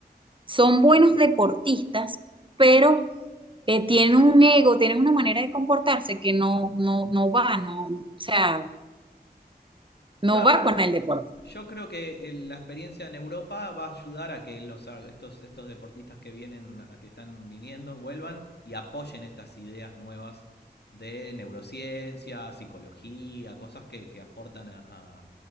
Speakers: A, on the right (about 30°); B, on the left (about 75°).
A: son buenos deportistas, pero eh, tienen un ego, tienen una manera de comportarse que no, no, no va, no, o sea,
B: claro,
A: no va
B: bueno,
A: con el deporte.
B: yo creo que el- la experiencia en Europa va a ayudar a que los, a estos, estos deportistas que vienen, a que están viniendo, vuelvan y apoyen estas ideas nuevas de neurociencia, psicología, cosas que, que aportan a, a-